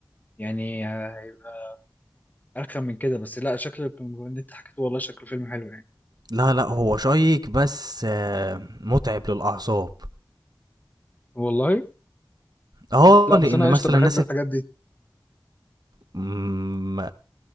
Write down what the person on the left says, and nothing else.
يعني آه، هيبقى ارخم من كده بس لا شكل اللي انت حكيته والله شكله فيلم حلو يعني
والله
لا بس
انا
قشطه بحب
الحاجات دي